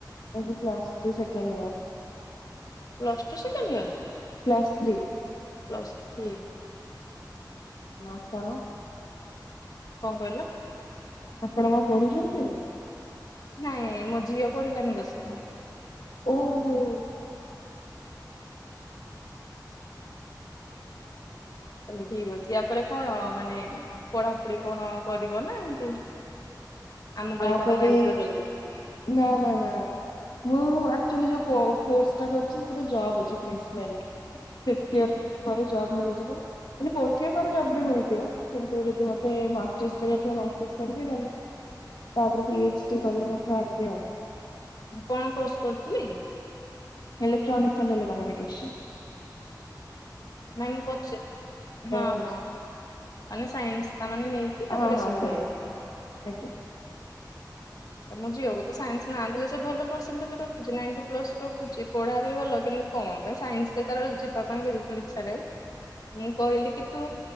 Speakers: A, on the left; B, on the left.
A: ଏବେ plus three second year
B: plus two second year
A: plus three
B: plus three.
A: ନା କଣ?
B: କଣ କହିଲେ?
A: ଆପଣ କଣ ପଢୁଛନ୍ତି ଏବେ
B: ନାଇଁ ମୋ ଝିଅ ପଢିଲାନି ଦଶମ।
A: ଓହୋ।
B: ତାହେଲେ ଠିକ ଅଛି ଆପରେ କଣ ମାନେ ପଢାପଢି କଣ କରିବ ନା ଏମତି ଆମ ପରିକା
A: ତାପରେ
B: ବାହା ହେଇଯିବ ଜଲ୍ଦି
A: ନା ନା ନା ମୁଁ ଆଚ୍ୟୁଆଲି ଯୋଉ କୋ କୋର୍ସ କରିଛି ସେଥିରେ job placement fifth year ପରେ ଜବ ମିଳିଯିବ ମାନେ ଫୋଟି ଇୟରଏସ୍ ପରେ ବି ଜବ ମିଳିଯିବ କିନ୍ତୁ ଯଦି ମତେ ମାଷ୍ଟରସ କରିବାପାଇଁ ଯଦି ମାଷ୍ଟରସ କରିବି। ତାପରେ ପି ଏଚ ଡି କରିବା କଥା ଭାବିବି ଆଉ।
B: କଣ କୋର୍ସ କରିଥିଲେ?
A: Electronics and telecommunication.
B: ନାଇ ପଚାରିନି ହଁ
A: କୋର୍ସ
B: ହଁ ମାନେ ସାଇନ୍ସ ତାମାନେ ନେଇକି
A: ହଁ
B: ତାପରେ
A: ହଁ
B: ଏସବୁ
A: ସାଇନ୍ସ
B: କରିବ।
A: ହଁ। ଆଜ୍ଞା
B: ଆଚ୍ଛା ମୋ ଝିଅକୁ ତ ସାଇନ୍ସ ନାହାଥିଲେ ସେ ଭଲ ପରସେଣ୍ଟେଜ ରଖୁଛି ନାଇଣ୍ଟି ପ୍ଲସ ରଖୁଛି ପଢ଼ା ବି ଭଲ କିନ୍ତୁ କନ ପାଇଁ ସାଇନ୍ସରେ ତାର ଯିବା ପାଇଁ ବିଲକୁଲ ଇଚ୍ଛା ନାହିଁ ମୁଁ କହିଲି କି ତୁ